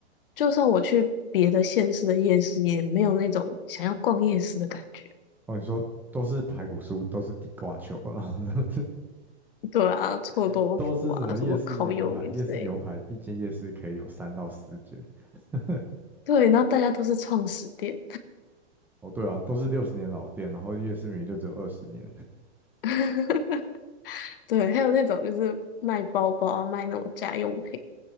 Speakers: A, on the left; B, in the centre.
A: 就算我去别的县市的夜市，也没有那种想要逛夜市的感觉。
B: 哦，你说都是排骨酥，都是地瓜球啊，然后
A: 对啊，臭豆腐啊，
B: <laughs> 都是什么夜市牛排？
A: 什么烤鱿鱼之类的。
B: 夜市牛排一间夜市可以有三到四间，<laughs>
A: 对，然后大家都是创始店。
B: 哦，对啊，都是六十年老店，然后夜市明明就只有二十年，
A: <laughs> 对，还有那种就是卖包包啊卖那种家用品，